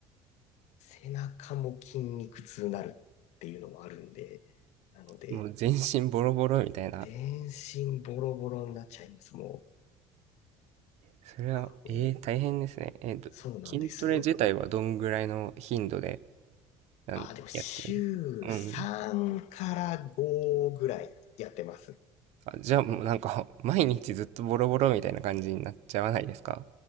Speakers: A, on the left; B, on the right.
A: 背中も筋肉痛になるっていうのもあるんで、なので、
B: もう全身ボロボロみたいな。
A: 全身ボロボロになっちゃいます、もう。
B: それは、
A: あら、もう、
B: ええ、大変ですね。えっと、
A: そうなんですよ。
B: 筋トレ自体はどんぐらいの頻度で、なん、
A: あー、でも週3から5ぐらいやってます。
B: やってるうん。じゃあもうなんか <laughs> 毎日ずっとボロボロみたいな感じになっちゃわないですか